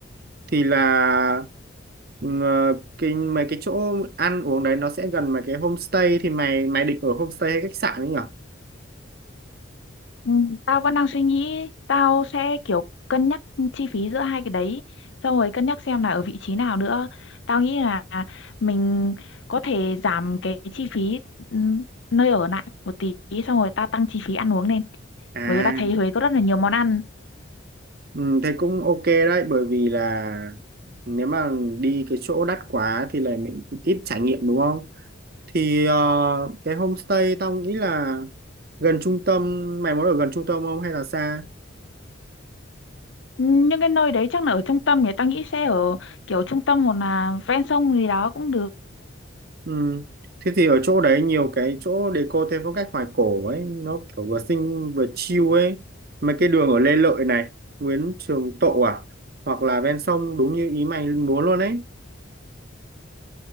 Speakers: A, on the right; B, on the left.
A: thì là ừm, ờ, cái mấy cái chỗ ăn uống đấy nó sẽ gần mấy cái homestay thì mày mày định ở homestay hay khách sạn ấy nhỉ
B: Ừ, tao vẫn đang suy nghĩ, tao sẽ kiểu cân nhắc chi phí giữa hai cái đấy, xong rồi cân nhắc xem là ở vị trí nào nữa. Tao nghĩ là mình có thể giảm cái chi phí ừ, nơi ở lại một tí, xong rồi tao tăng chi phí ăn uống lên.
A: à
B: Bởi vì tao thấy Huế có rất là nhiều món ăn.
A: ừm, thế cũng ok đấy bởi vì là nếu mà đi cái chỗ đắt quá thì là mình ít trải nghiệm đúng không thì ờ, cái homestay tao nghĩ là gần trung tâm mày muốn ở gần trung tâm không hay là xa
B: Ừ, Những cái nơi đấy chắc là ở trung tâm thì tao nghĩ sẽ ở kiểu trung tâm hoặc là ven sông gì đó cũng được
A: ừ. thế thì ở chỗ đấy nhiều cái chỗ deco theo phong cách hoài cổ ấy nó kiểu vừa xinh vừa chill ấy mấy cái đường ở Lê Lợi này Nguyễn Trường Tộ à hoặc là ven sông đúng như ý mày muốn luôn ấy